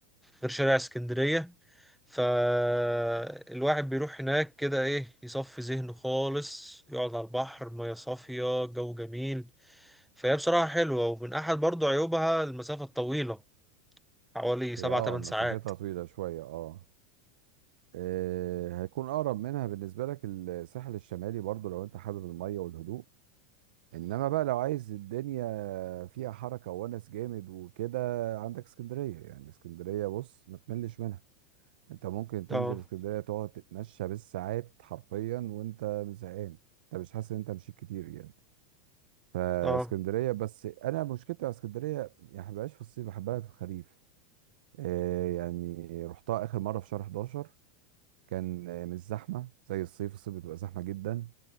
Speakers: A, in the centre; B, on the right (about 65°).
A: غير شارع اسكندرية فالواحد بيروح هناك كده ايه يصفي ذهنه خالص يقعد على البحر مياه صافية جو جميل فهي بصراحة حلوة ومن أحد برضو عيوبها المسافة الطويلة حوالي سبعة
B: هي اه
A: تمن
B: مسافتها
A: ساعات
B: طويلة شوية اه آه، هيكون أقرب منها بالنسبة لك الساحل الشمالي برضو لو أنت حابب المية والهدوء إنما بقى لو عايز الدنيا فيها حركة وونس جامد وكده عندك اسكندرية يعني اسكندرية بص ما تملش منها أنت ممكن تنزل
A: اه
B: اسكندرية تقعد تتمشى بالساعات حرفيا وأنت مش زهقان أنت مش حاسس إن أنت مشيت كتير يعني فاسكندريه
A: اه
B: بس انا مشكلتي مع اسكندريه يعني ما بحبهاش في الصيف بحبها في الخريف آه، يعني رحتها اخر مره في شهر 11 كان آه، مش زحمه زي الصيف الصيف بتبقى زحمه جدا